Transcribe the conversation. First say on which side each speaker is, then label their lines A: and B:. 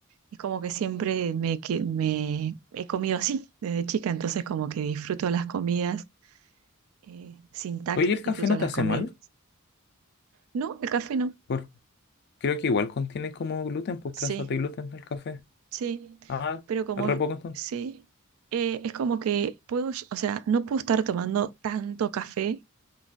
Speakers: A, on the right (about 70°); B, on the left (about 50°).
A: Es como que siempre me, que- me he comido así desde chica, entonces como que disfruto las comidas eh, sin
B: <laughs>
A: tac,
B: Oye, ¿el café
A: disfruto
B: no
A: las
B: te hace
A: comidas.
B: mal?
A: No, el café no.
B: Por- creo que igual contiene como gluten, pues trazas
A: Sí,
B: de gluten el café.
A: sí,
B: Ah,
A: pero como
B: re poco entonces.
A: sí, eh, es como que puedo, ll- o sea, no puedo estar tomando tanto café